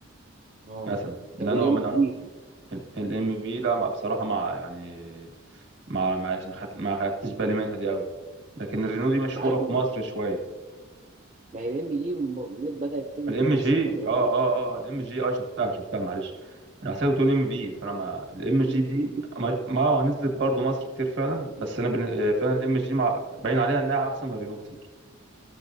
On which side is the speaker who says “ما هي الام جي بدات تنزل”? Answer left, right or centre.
Right